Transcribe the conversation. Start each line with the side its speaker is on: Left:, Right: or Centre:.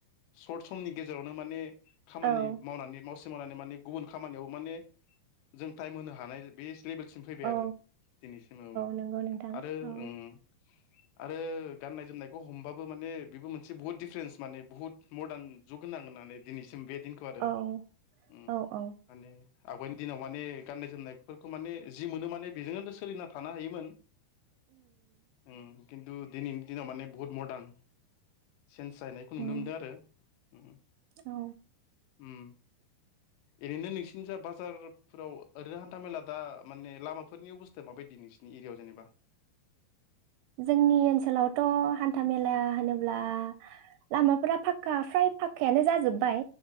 Left: सर्ट समनि गेजेरावनो माने खामानि
Right: औ
Left: मावनानै मावसे मावनानै माने गुबुन खामानियाव माने जों टाइम होनो हानाय बे लेभेलसिम फैबाय
Right: औ
Left: आरो दिनैसिम औ
Right: नंगौ नोंथां
Left: आरो
Right: औ
Left: ओं । आरो गाननाय जोमनायखौ हमबाबो माने बेबो मोनसे बहुत दिफरेन्स माने बुहुत मदार्न जुग होनांगोन होननानै दिनैसिम बे दिनखौ आरो
Right: औ
Left: उम
Right: औ
Left: माने
Right: औ
Left: आवगाय दिनाव माने गाननाय जोमनायफोरखौ माने जि मोनो माने बेजोंनोदो सोलिना थानो हायोमोन। उम। खिन्थु दिनैनि दिनाव माने बहुत मर्दान चेन्ज जाहैनायखौ
Right: उम
Left: नुनो मोनदो उम
Right: औ
Left: उम। ओरैनो नोंसिनि जा बाजारफोराव ओरैनो हान्थामेला दा माने लामाफोरनि अबस्थाया माबायदि नोंसिनि एरियायाव जेनेबा।
Right: जोंनि ओनसोलावथ हान्था मेला होनोब्ला लामाफोरा फाखक्का फ्राय फाखक्कायानो जाजोब्बाय।